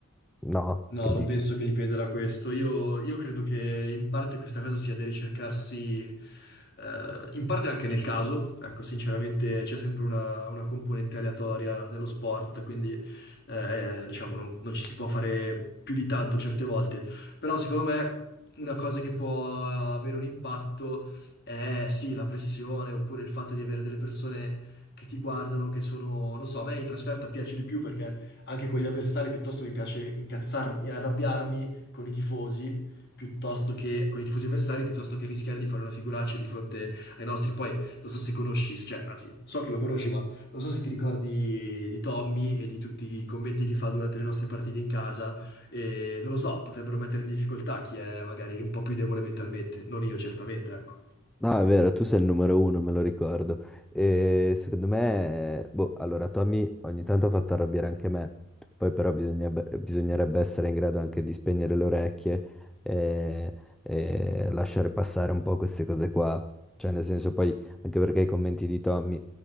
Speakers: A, in the centre; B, on the left.
A: no,
B: No,
A: che
B: non
A: dici?
B: penso che dipenda da questo. Io, io credo che in parte questa cosa sia da ricercarsi, eh, in parte anche nel caso. Ecco, sinceramente c'è sempre una, una componente aleatoria nello sport, quindi eh, eh, diciamo non, non ci si può fare più di tanto certe volte. Però secondo me una cosa che può avere un impatto è sì, la pressione oppure il fatto di avere delle persone che ti guardano, che sono, non so, a me in trasferta piace di più perché anche con gli avversari, piuttosto mi piace incazzarmi e arrabbiarmi con i tifosi, piuttosto che con i tifosi avversari, piuttosto che rischiare di fare una figuraccia di fronte ai nostri. Poi non so se conosci, cioè, anzi, so che lo conosci, ma non so se ti ricordi di Tommy e di tutti i commenti che fa durante le nostre partite in casa. E non lo so, potrebbero mettere in difficoltà chi è magari un po' più debole mentalmente, non io certamente, ecco.
A: No, è vero, tu sei il numero uno, me lo ricordo. E secondo me, boh, allora Tommy ogni tanto ha fatto arrabbiare anche me, poi però bisogna- bisognerebbe essere in grado anche di spegnere le orecchie e, e lasciare passare un po' queste cose qua. Cioè, nel senso, poi anche perché i commenti di Tommy